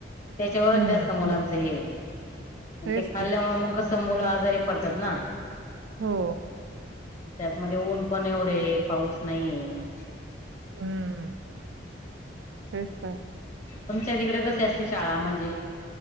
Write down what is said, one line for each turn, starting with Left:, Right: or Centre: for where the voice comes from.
Left: त्याच्यावरच
Right: हं,
Left: जास्त मुलांचं
Right: हं
Left: हे.
Right: तेच
Left: ते खाल्ल्यामुळे
Right: तर
Left: मग मुलं आजारी पडतात ना.
Right: हो.
Left: त्यातमध्ये ऊन पण एवढे पाऊस नाहीये
Right: हम्म तेच आहे.
Left: तुमच्या तिकडे कसे असली शाळा म्हणजे